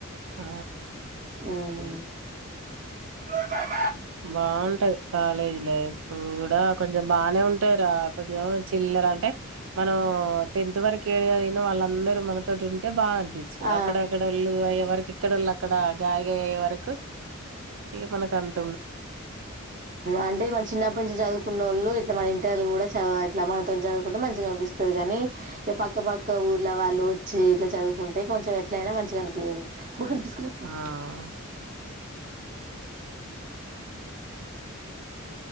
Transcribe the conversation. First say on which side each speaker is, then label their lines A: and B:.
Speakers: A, on the right; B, on the right.
A: ఆ
B: య ఆ
A: బాగుంటాది కాలేజీ లైఫ్ కూడా కొంచెం బానే ఉంటరా కొంచెం చిల్లర అంటే మనం టెన్త్ వరకు నా వాళ్ళందరూ మనతోటి ఉంటే బాగా అనిపించి
B: ఆ
A: అక్కడక్కడళ్ళు ఎవరికి ఎక్కడళ్ళు అక్కడ గాయగాయ వరకు ఇక మనకంత
B: అంటే మన చిన్నప్పటి నుంచి చదువుకున్న వాళ్ళు ఇట్లా మన ఇంటర్లు కూడా చ ఇట్లా మనతో చదువుకుంటే మంచిగా కనిపిస్తుంది కాని పక్క పక్క ఊర్ల వాళ్ళు వచ్చి ఇట్లా చదువుకుంటే కొంచెం ఎట్లయినా మంచిగా కనిపించదు వక తీస్కప్పు
A: ఆ